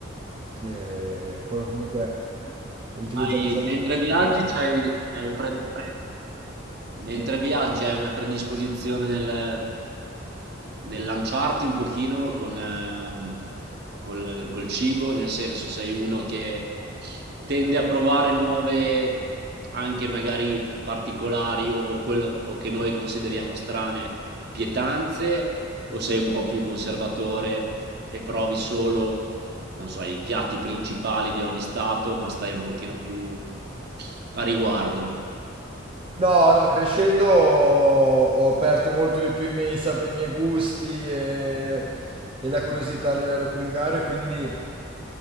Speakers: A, on the right; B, on the right.
A: E poi comunque utilizzo...
B: Hai-
A: questa.
B: mentre viaggi c'hai hai una pre- pre- mentre viaggi hai una predisposizione nel, nel lanciarti un pochino con, ehm, col, col cibo, nel senso sei uno che tende a provare nuove anche magari particolari o, o quello o che noi consideriamo strane pietanze o sei un po' più conservatore e provi solo non so, i piatti principali di ogni stato, ma stai un pochino più a riguardo.
A: No, no, crescendo ho ho aperto molto di più i miei, sap- i miei gusti e, e la curiosità a livello culinario, quindi